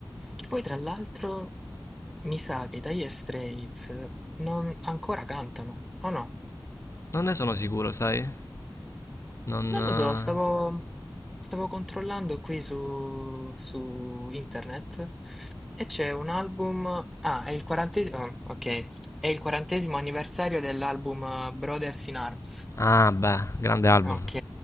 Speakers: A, in the centre; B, on the left.
A: Che poi tra l'altro mi sa che i Dire Straits non ancora cantano, o no?
B: Non ne sono sicuro, sai? Non...
A: Non
B: eh,
A: lo so, stavo, stavo controllando qui su, su internet e c'è un album... Ah, è il quarantesimo... ok, è il quarantesimo anniversario dell'album eh, Brothers in Arms.
B: Ah, beh, grande album.
A: Ok,